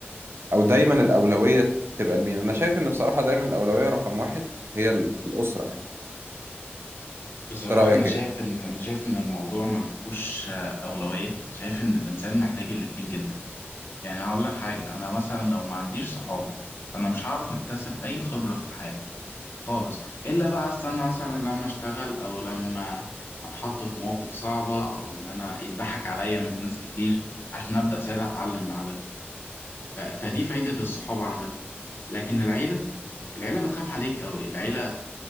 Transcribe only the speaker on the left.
بصراحة
أنا شايف
إن أنا شايف إن الموضوع ما فيهوش آه، أولوية شايف إن الإنسان محتاج الاتنين جدا يعني هقول لك حاجة أنا مثلا لو ما عنديش صحاب فأنا مش هعرف أكتسب أي خبرة في الحياة خالص الا بقى استنى مثلا لما اشتغل او لما اتحط في مواقف صعبه او ان انا يضحك عليا من ناس كتير عشان ابدا ساعتها اتعلم بعدها ف- فدي فايده الصحابه عامه لكن العيله العيله بتخاف عليك قوي العيله